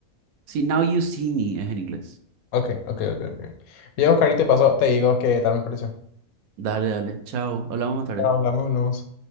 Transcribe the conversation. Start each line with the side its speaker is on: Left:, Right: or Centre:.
Right: Si Now You See Me es en inglés.
Left: Ok, ok, ok, ok. Voy a buscar y te paso, te digo qué tal me pareció.
Right: Dale, dale. Chao. Hablamos más tarde.
Left: Hablamos, hablamos.